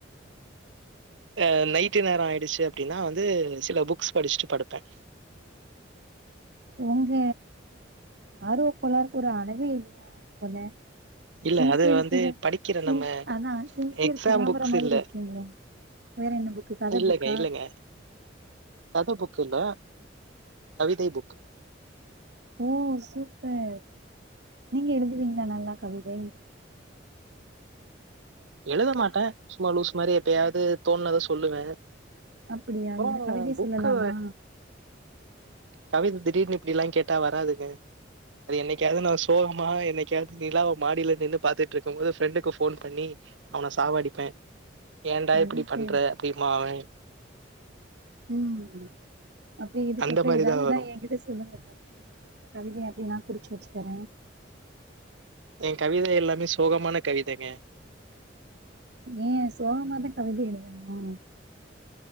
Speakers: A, on the right; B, on the right.
A: அ நைட்டு நேர ஆயிடுச்சு அப்டின்னா வந்து சில புக்ஸ் படிச்ட்டு படுப்ப
B: ஒங்க ஆர்வ கோளார்க்கு ஒரு அளவே இல்ல போல
A: இல்ல
B: சின்சியர்
A: அது வந்து
B: சிக
A: படிக்கிற
B: சின்ஸ்
A: நம்ம
B: அதா சின்சியர்
A: எக்ஸாம்
B: சிகாம்பரம்
A: புக்ஸ்
B: மாதிரி
A: இல்ல
B: இருக்கீங்களே வேற என்ன புக்கு கத
A: இல்லங்க
B: புக்கா
A: இல்லங்க கத புக் ஃபுல்லா கவிதை புக்
B: ஓ சூப்பர் நீங்க எழுதுவீங்ளா நல்லா கவிதை
A: எழுத மாட்ட சும்மா லூசு மாரி எப்பயாவது தோன்னத சொல்லுவ
B: அப்படியா
A: அப்பறோ
B: இதுல கவிதை
A: புக்கு
B: சொல்லலாமா
A: கவிதை திடீர்னு இப்டில்லா கேட்டா வராதுங்க அது என்னைக்காவ்து நா சோகமா என்னை காது நிலாவ மாடில நின்னு பாத்துட் ருக்கும் போது ஃப்ரெண்டுக்கு ஃபோன் பண்ணி அவன சாவடிப்பே ஏன்டா
B: அது
A: இப்டி
B: சரி
A: பண்ற அப்டின்பா அவ
B: ம் அப்டி இதுக்கப்புற
A: அந்த மாரிதா
B: ஏதாவ்துனா
A: வரு.
B: ஏன்கிட்ட சொல்லுங்க கவிதை இந்த கவிதை அப்டின்னா குறிச்சு வச்சு தர
A: என் கவிதை எல்லாமே சோகமான கவிதங்க
B: ஏ சோகமாதா கவிதை எழுதணுமா